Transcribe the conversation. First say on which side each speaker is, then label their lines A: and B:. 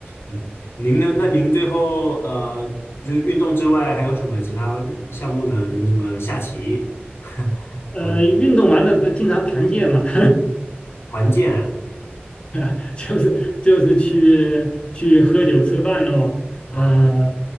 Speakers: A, on the left (about 80°); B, on the left (about 25°).
A: 嗯，您呢？那您最后呃，就是运动之外还有什么其他运项目呢？有没有什么下棋？<laughs>
B: 呃，
A: 嗯，
B: 运动完了不经常团建嘛？<laughs>
A: 团建？
B: <laughs> 就是就是去去喝酒吃饭咯，
A: 嗯，
B: 呃，